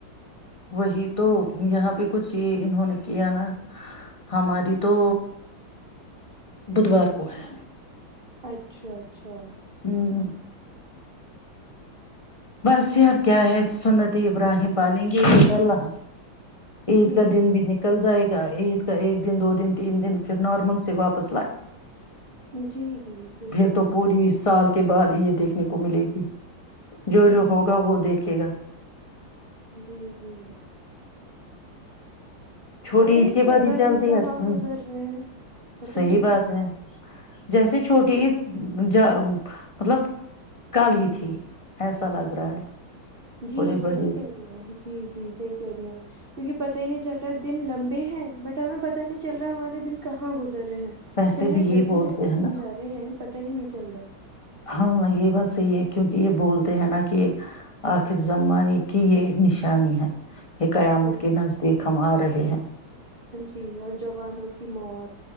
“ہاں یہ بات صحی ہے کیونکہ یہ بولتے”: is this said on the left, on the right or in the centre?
Left